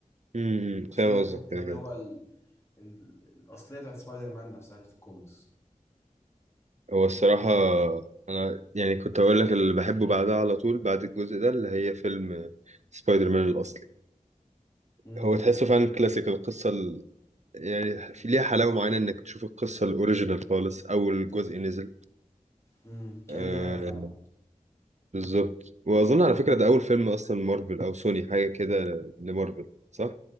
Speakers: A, on the right (about 55°); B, on the left (about 20°).
A: امم امم،
B: عشان
A: فاهم
B: أنا الحته
A: قصدك كده
B: دي اللي
A: كده
B: هو ال... ال... الاصليه بتاعت سبايدر مان نفسها اللي في الكوميكس
A: هو الصراحة أنا يعني كنت أقول لك اللي بحبه بعدها على طول بعد الجزء ده اللي هي فيلم سبايدر مان الأصلي
B: امم
A: هو تحسه فعلا كلاسيك القصة ال... يعني في ليها حلاوة معينة إنك تشوف القصة الأوريجينال خالص أول جزء نزل
B: امم
A: آه
B: ايوه دي حقيقه فعلا
A: بالظبط وأظن على فكرة ده أول فيلم أصلا مارفل أو سوني حاجة كده لمارفل صح؟